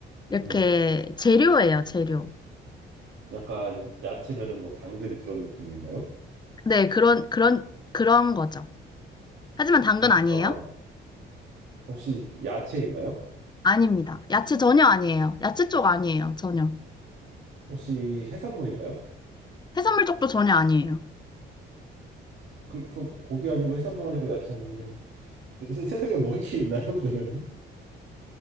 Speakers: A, on the left (about 20°); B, on the right (about 70°).
A: 이렇게
B: 응.
A: 재료예요, 재료.
B: 약간 야채면은 뭐 당근 그런 느낌인가요?
A: 네, 그런, 그런, 그런 거죠. 하지만 당근
B: 하하.
A: 아니에요?
B: 혹시 야채인가요?
A: 아닙니다. 야채 전혀 아니에요. 야채 쪽 아니에요. 전혀.
B: 어. 혹시 해산물인가요?
A: 해산물 쪽도 전혀 아니에요.
B: 그, 그럼 고기 아니고 해산물 아니고 야채 아니면은 세- 세상에 먹을 게 있나요? <laughs> 그러면은?